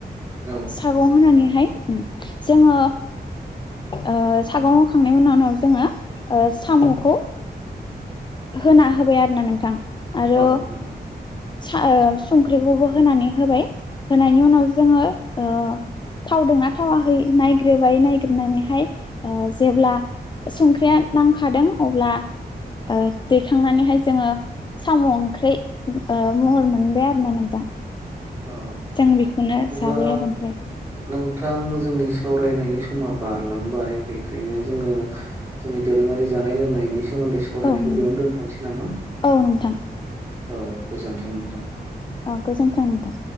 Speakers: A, on the right; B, on the left.
A: औ
B: सागं होनानैहाय जोङो ओ सागं होखांनायनि उनाव उनाव जोङो साम'खौ होना होबाय आरोना नोंथां आरो
A: औ नंगौ
B: सा ओ संख्रिखौबो होनानै होबाय होनायनि उनाव जोङो ओ। थावदोंना थावाखै नायग्रोबाय नायग्रोनानैहाय ओ जेब्ला संख्रिया नांखादों अब्ला ओ दैखांनानैहाय जोङो साम' ओंख्रि ओ महर मोनबाय आरोना नोंथां।
A: औ
B: जों बेखौनो
A: अब्ला
B: जाबाय आरो ओमफ्राय
A: नोंथां जोंनि सावरायनायनि सम समा बारलांबाय बेखायनो जोङो जोंनि दोरोङारि जानाय लोंनायनि सोमोनदै सावरायनायखौ
B: औ नंगौ
A: बेयावनो दोन्थ'नोसै नामा?
B: औ नोंथां
A: औ गोजोनथों नोंथां।
B: औ गोजोनथों नोंथां।